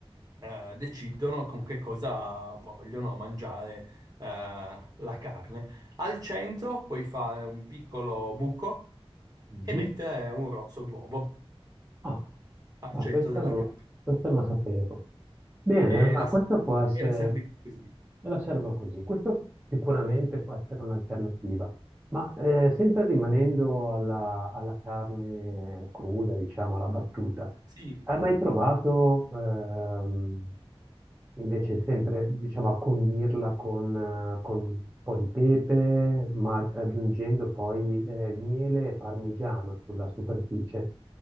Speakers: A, on the right (about 40°); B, on the right (about 20°).
A: eh, decidono con che cosa vogliono mangiare eh, la carne. Al centro puoi fare un piccolo buco
B: Mm.
A: e mettere un rosso d'uovo
B: Ah,
A: al
B: ah,
A: centro
B: questa
A: della
B: non,
A: carne
B: questa non la sapevo. Bene,
A: e
B: ma
A: la,
B: questa
A: sa-
B: può essere,
A: e la servi così.
B: e la servo così, questo sicuramente può essere un'alternativa. Ma eh, sempre rimanendo alla, alla carne cruda, diciamo, alla battuta,
A: Sì,
B: hai mai provato ehm, invece sempre, diciamo, a condirla con, eh, con un po' di pepe, ma aggiungendo poi eh, miele e parmigiano sulla superficie?